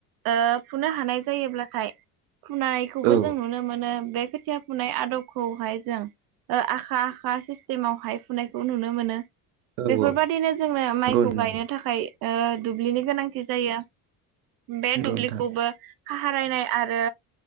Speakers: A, on the right (about 50°); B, on the right (about 80°).
A: ओ फुनो हानाय जायोब्लाथाय फुनायखौबो
B: औ
A: जों नुनो मोनो बे खोथिया फुनाय आदबखौहाय जों आखा आखा सिस्टेमावहाय फुनायखौ नुनो मोनो
B: औ
A: बेफोरबायदिनो
B: औ
A: जोंनो माइखौ
B: नंगौ नंगौ
A: गायनो थाखाय ओ दुब्लिनि गोनांथि जायो बे
B: नंगौ
A: दुब्लिखौबो
B: नोंथां
A: खाहारायनाय आरो